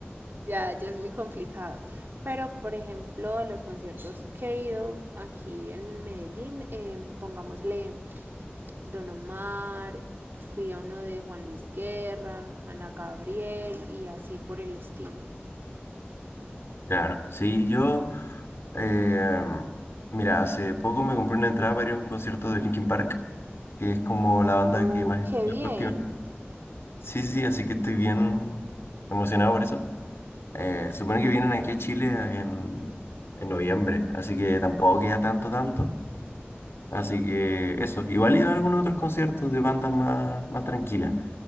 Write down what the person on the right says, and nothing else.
Ya, ya es muy complicado. Pero, por ejemplo, a los conciertos que he ido aquí en Medellín, eh, pongámosle Don Omar, fui a uno de Juan Luis Guerra, Ana Gabriel y así por el estilo.
Ay,
qué
bien.